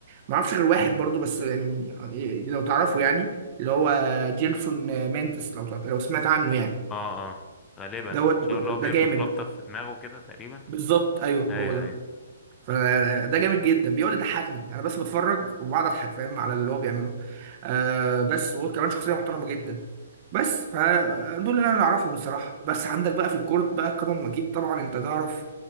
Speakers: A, on the right; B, on the left.
A: ما اعرفش غير واحد برضو بس يعني لو تعرفه يعني اللي هو جيلسون مينتس لو لو سمعت عنه يعني
B: اه اه غالبا ان
A: دوت
B: شاء الله هو بيربط
A: ده جامد
B: رابطة في دماغه كده تقريبا
A: بالظبط ايوه هو
B: ايوه
A: ده
B: ايوه
A: فده جامد جدا بيقعد يضحكني انا بس بتفرج وبقعد اضحك فاهم على اللي هو بيعمله آه بس وهو كمان شخصيه محترمه جدا بس فدول اللي انا اعرفهم الصراحه بس عندك بقى في الكورت بقى كرم اكيد طبعا انت تعرف